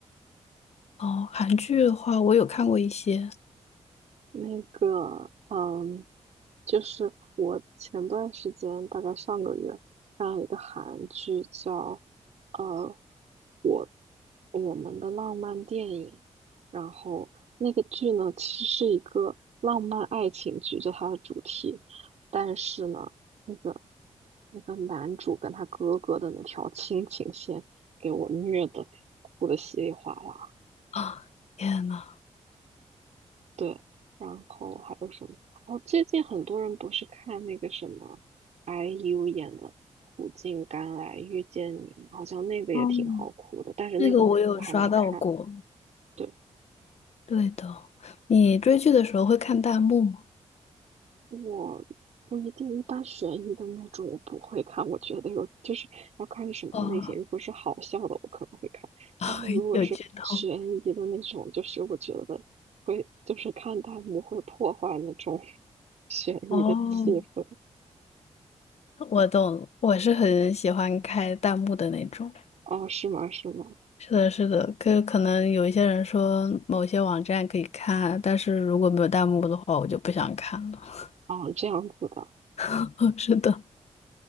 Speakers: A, on the left; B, on the right.
A: 哦，韩剧的话，我有看过一些
B: 那个，嗯，就是我前段时间，大概上个月，看了一个韩剧叫呃，我我们的浪漫电影，然后那个剧呢，其实是一个浪漫爱情剧，就它的主题，但是呢，那个那个男主跟他哥哥的那条亲情线，给我虐的哭的稀里哗啦。
A: 啊，天呐，
B: 对，然后还有什么？哦，最近很多人不是看那个什么 IU 演的《苦尽甘来遇见你》吗，好像那个也挺好哭的，
A: 嗯，
B: 但是那个我还没看。
A: 那个我有刷到过。
B: 对，
A: 对的，你追剧的时候会看弹幕吗？
B: 我不一定，一般悬疑的那种我不会看，我觉得有就是要看是什么类型。
A: 哦，
B: 如果是好笑的，我可能会看，
A: <laughs>
B: 但是如果是悬疑的那种，
A: 有剧透。
B: 就是我觉得会就是看弹幕会破坏那种 <laughs> 悬疑的气氛。
A: 哦，我懂，我是很喜欢开弹幕的那种。
B: 哦，是吗？是吗？
A: 是的，是的，可可能有一些人说某些网站可以看，但是如果没有弹幕的话，我就不想看了。
B: 哦，这样子的。
A: <laughs> 是的，